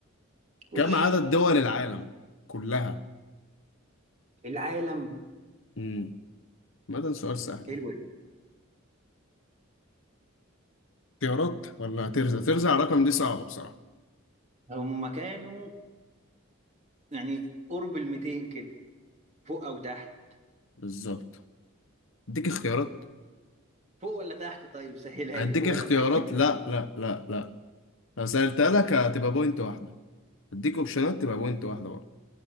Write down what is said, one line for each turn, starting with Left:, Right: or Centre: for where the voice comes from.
Right: خش
Left: كم عدد دول العالم كلها
Right: العالم
Left: امم ما ده سؤال سهل
Right: حلوة
Left: يعني
Right: دي
Left: اختيارات ولا هترزع ترزع الرقم دي صعبة بصراحة
Right: هم كانوا يعني قرب ال 200 كده فوق أو تحت
Left: بالظبط اديك اختيارات
Right: فوق ولا تحت طيب سهلها
Left: هديك
Right: لي فوق
Left: اختيارات
Right: ولا تحت
Left: لا لا لا لا لو سألتها لك هتبقى بوينت واحدة اديك اوبشنات تبقى بوينت واحدة برضه